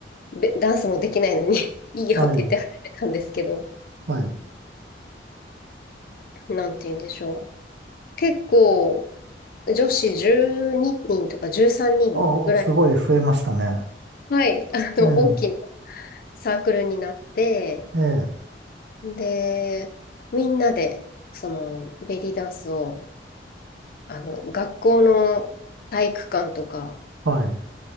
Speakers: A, on the left; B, on the right.
A: べダンスもできないのに <laughs> いいよって言って始めたんですけど、
B: はい、はい。
A: ななんて言うんでしょう。結構、女子12人とか13人ぐらいの、
B: あ、すごい増えましたね。
A: はい、あの、
B: ええ、
A: 大きなサークルになって、
B: ええ、
A: で、みんなで、その、ベリーダンスを、あの、学校の体育館とか、
B: はい、